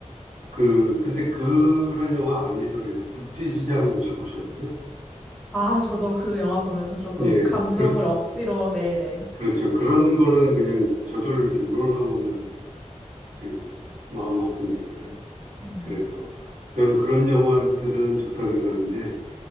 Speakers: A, on the right (about 75°); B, in the centre.
A: 그, 근데 그런 영화 아니더라도 국제시장 혹시 보셨나요?
B: 아, 저도 그 영화 보면서 조금
A: 예,
B: 감동을
A: 그,
B: 억지로, 네네.
A: 그렇죠. 그런 거는 그냥 저절로 이렇게 우러나오는 그 마음 아픔이잖아요.
B: 음.
A: 그래서 저는 그런 영화들은 좋다 생각하는데,